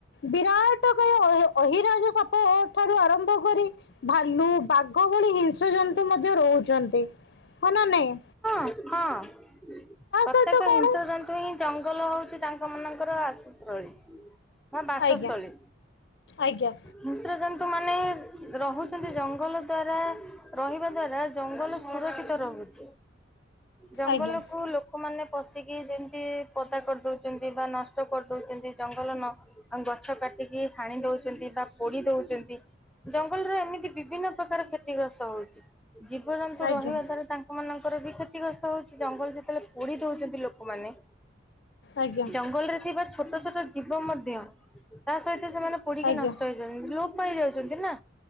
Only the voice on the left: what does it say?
ବିରାଟକାୟ ଅହିରାଜ ସାପ ଠାରୁ ଆରମ୍ଭ କରି ଭାଲୁ ବାଘ ଭଳି ହିଂସ୍ର ଜନ୍ତୁ ମଧ୍ୟ ରହୁଛନ୍ତି ହ ନା ନାଇଁ?
ସହିତ କ'ଣ
ଆଜ୍ଞା ଆଜ୍ଞା
ଆଜ୍ଞା
ଆଜ୍ଞା
ଆଜ୍ଞା
ଆଜ୍ଞା